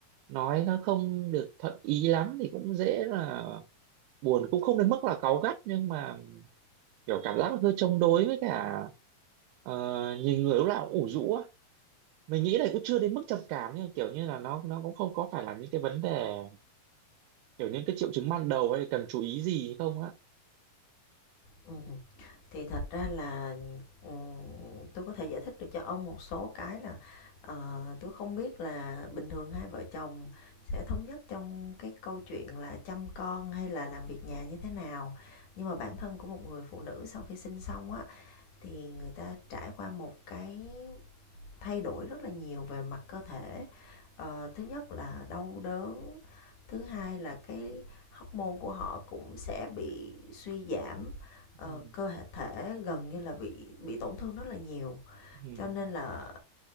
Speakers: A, on the right (about 80°); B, on the left (about 60°).
A: nói nó không được thuận ý lắm thì cũng dễ là buồn cũng không đến mức là cáu gắt nhưng mà kiểu cảm giác hơi chống đối với cả ờ, nhìn người lúc nào cũng ủ rũ á mình nghĩ là cũng chưa đến mức trầm cảm nhưng kiểu như là nó nó cũng không có phải là những cái vấn đề kiểu những cái triệu chứng ban đầu hay là cần chú ý gì không á
B: ừ. thì thật ra là ừm, tôi có thể giải thích được cho ông một số cái là ờ, tôi không biết là bình thường hai vợ chồng sẽ thống nhất trong cái câu chuyện là chăm con hay là làm việc nhà như thế nào nhưng mà bản thân của một người phụ nữ sau khi sinh xong á thì người ta trải qua một cái thay đổi rất là nhiều về mặt cơ thể ờ, thứ nhất là đau đớn thứ hai là cái hormone của họ cũng sẽ bị suy giảm ờ,
A: ừ,
B: cơ hệ thể gần như là bị bị tổn thương rất là nhiều
A: ừ,
B: cho nên là